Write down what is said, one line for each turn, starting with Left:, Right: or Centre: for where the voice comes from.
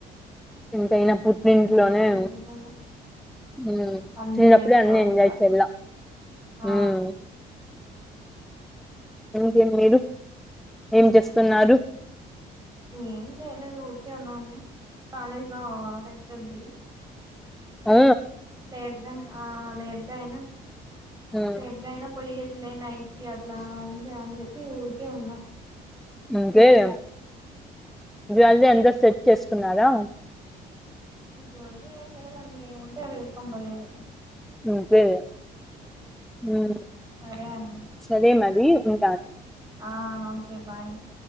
Centre: ఎంతైనా పునింట్లోనే
Right: అది కూడా
Centre: ఉమ్
Right: నిజమే అన్నీ
Centre: చెయ్ అప్పుడే
Right: చేసుకోవాలి
Centre: అన్నీ ఎంజాయ్
Right: ఇంగా
Centre: చేయాల్ల
Right: ఆ
Centre: ఉమ్ ఇంకేం మీరు ఏం చేస్తున్నారు
Right: ఏం చేయలేదు ఊరికే ఉన్నాము కాలేజ్లా ఫెస్ ఉంది
Centre: ఆ
Right: లేట్గా లేట్గా అయినా
Centre: ఇంకే
Right: లేటుగా అయినా పోయే ఇలే నైట్ కి అట్లా ఇంజా అని చెప్పి ఊరికే ఉన్నా
Centre: అంతేలే జ్వేల్లరీ అంతా సెట్ చేసుకున్నారా
Right: జ్యువెలరీ ఏం లేదండి ఏముంటే అవి వేసుకొని పోయేది
Centre: అంతేలే ఉమ్
Right: సరే అండి
Centre: సరే మరి ఉన్
Right: ఆ ఓకే బాయ్